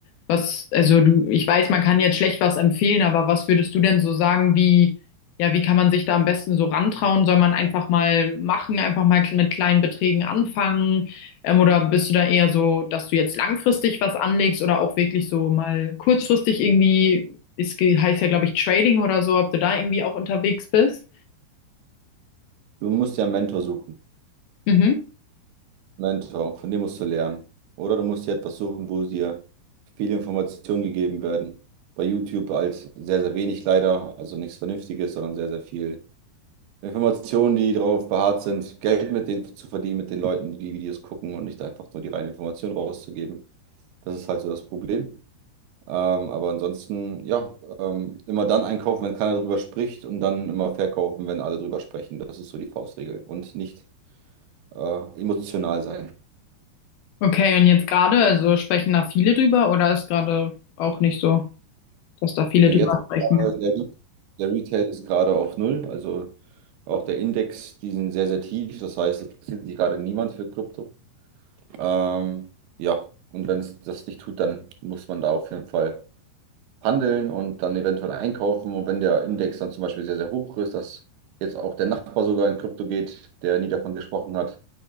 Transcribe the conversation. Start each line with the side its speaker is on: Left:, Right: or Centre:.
Left: was, also du, ich weiß, man kann jetzt schlecht was empfehlen, aber was würdest du denn so sagen, wie, ja, wie kann man sich da am besten so rantrauen? Soll man einfach mal machen, einfach mal mit kleinen Beträgen anfangen? Ähm, oder bist du da eher so, dass du jetzt langfristig was anlegst oder auch wirklich so mal kurzfristig irgendwie, es ge- heißt ja, glaube ich, Trading oder so, ob du da irgendwie auch unterwegs bist?
Right: Du musst dir einen Mentor suchen.
Left: Mhm.
Right: Mentor, von dem musst du lernen. Oder du musst dir etwas suchen, wo dir viele Informationen gegeben werden. Bei YouTube als sehr, sehr wenig leider, also nichts Vernünftiges, sondern sehr, sehr viel Informationen, die darauf beharrt sind, Geld mit denen zu verdienen, mit den Leuten, die die Videos gucken und nicht einfach nur die reine Information rauszugeben. Das ist halt so das Problem. Ähm, aber ansonsten, ja, ähm, immer dann einkaufen, wenn keiner drüber spricht und dann immer verkaufen, wenn alle drüber sprechen. Das ist so die Faustregel und nicht äh, emotional sein.
Left: Okay, und jetzt gerade, also sprechen da viele drüber oder ist gerade auch nicht so, dass da viele
Right: Ne,
Left: drüber
Right: jetzt
Left: sprechen?
Right: äh, der, Re- der Retail ist gerade auf Null, also auch der Index, die sind sehr, sehr tief. Das heißt, es interessiert sich gerade niemand für Krypto. Ähm, ja, und wenn es das nicht tut, dann muss man da auf jeden Fall handeln und dann eventuell einkaufen. Und wenn der Index dann zum Beispiel sehr, sehr hoch ist, dass jetzt auch der Nachbar sogar in Krypto geht, der nie davon gesprochen hat,